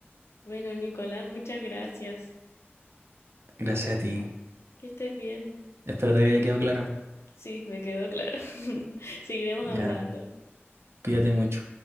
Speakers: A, on the left (about 80°); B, on the right (about 75°).
A: Bueno, Nicolás, muchas gracias.
B: Gracias a ti.
A: Que estés bien.
B: Espero te haya quedado claro.
A: Sí, me quedó claro. <laughs> Seguiremos
B: Ya,
A: hablando.
B: cuídate mucho.